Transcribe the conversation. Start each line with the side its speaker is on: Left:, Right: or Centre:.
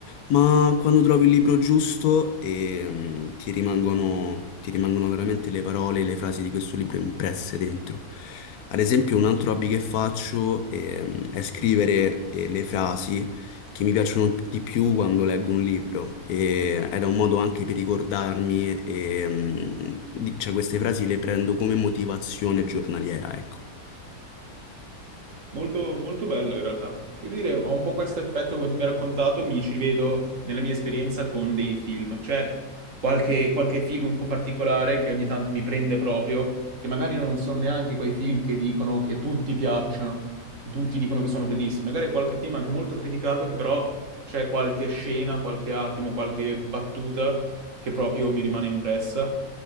Left: Ma quando trovi il libro giusto e, mm, ti rimangono, ti rimangono veramente le parole e le frasi di questo libro impresse dentro. Ad esempio, un altro hobby che faccio ehm, è scrivere eh, le frasi che mi piacciono di più quando leggo un libro. E era un modo anche per ricordarmi, e, mm, di- cioè queste frasi le prendo come motivazione giornaliera, ecco.
Right: Molto, molto bello in realtà. Io direi, ha un po' questo effetto, come tu mi hai raccontato, mi ci rivedo nella mia esperienza con dei film. C'è qualche, qualche film un po' particolare che ogni tanto mi prende proprio, che magari non sono neanche quei film che dicono che tutti piacciono, che tutti dicono che sono bellissimi. Magari è qualche film anche molto criticato, che però c'è qualche scena, qualche attimo, qualche battuta che proprio mi rimane impressa.